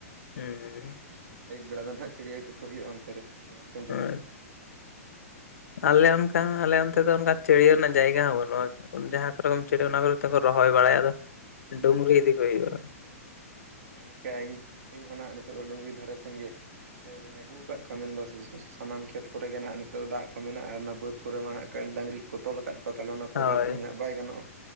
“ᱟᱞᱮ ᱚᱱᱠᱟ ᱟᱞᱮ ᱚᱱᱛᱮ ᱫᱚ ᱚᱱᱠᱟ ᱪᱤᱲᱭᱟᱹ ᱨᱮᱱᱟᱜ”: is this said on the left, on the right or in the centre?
Left